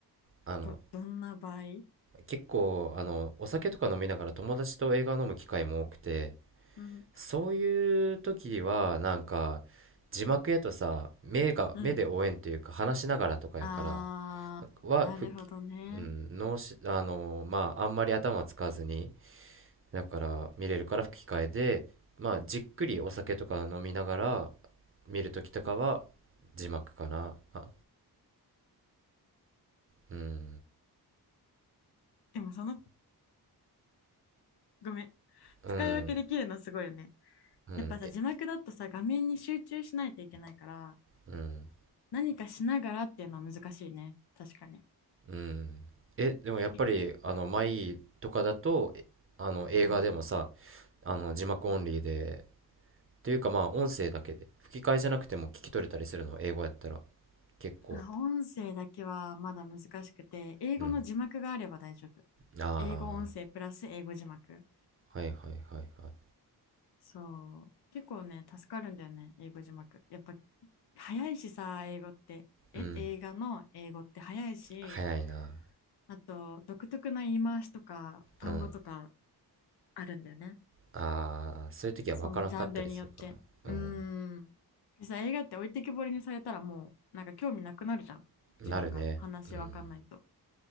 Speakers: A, on the right; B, on the left.
A: あの、
B: ど、どんな場合
A: 結構、あの、お酒とか飲みながら友達と映画を飲む機会も多くて、
B: うん、
A: そういう時は、なんか、字幕やとさ、目が、
B: うん。
A: 目で応援というか話しながらとかやから、
B: あー、
A: は、
B: なるほどね。
A: ふっうん、脳し、あのーまああんまり頭使わずに、だから見れるから吹き替えで、まあ、じっくりお酒とか飲みながら見るときとかは字幕かな。あ、うん、
B: でもその、ごめん。
A: うん、
B: 使い分けできるのすごいよね。
A: うん、
B: やっぱさ、
A: え、
B: 字幕だとさ、画面に集中しないといけないから、
A: うん、
B: 何かしながらっていうのは難しいね。確かに。
A: うん。え、でもやっぱり、
B: え
A: あの、マイとかだと、えあの、映画でもさ、
B: うん。
A: あの、字幕オンリーで、というかまあ、音声だけで、吹き替えじゃなくても聞き取れたりするの、英語やったら、結構。
B: あ、音声だけはまだ難しくて、英語の字幕があれば大丈夫。
A: うん。あ
B: 英語音声プラス英語字幕。
A: あ、はいはいはいはい。
B: そう。結構ね、助かるんだよね、英語字幕。やっぱ、早いしさ、英語って。え、
A: うん、
B: 映画の英語って早いし、
A: 早いな。
B: あと、独特な言い回しとか単語とか
A: うん。
B: あるんだよね。
A: ああ、そういう時は分からんかったりするか。
B: そのジャンルによって。
A: うん。
B: うーん。でさ、映画って置いてきぼりにされたらもう、なんか興味なくなるじゃん。
A: なるね。
B: 自分が。話わかんないと。
A: うん。
B: だ